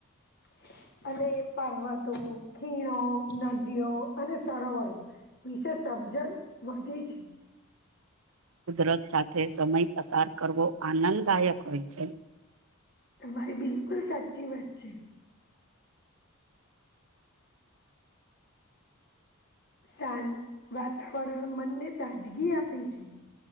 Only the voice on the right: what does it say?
કુદરત સાથે સમય પસાર કરવો આનંદદાયક હોય છે.